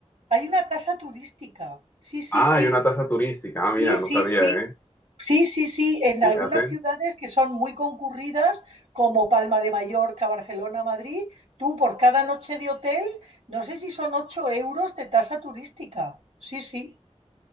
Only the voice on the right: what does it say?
hay una tasa turística. Sí, sí,
sí,
sí,
sí,
sí.
Sí, sí, sí, en
algunas ciudades que son muy concurridas, como Palma de Mallorca, Barcelona, Madrid, tú por cada noche de hotel, no sé si son 8 euros de tasa turística. Sí, sí,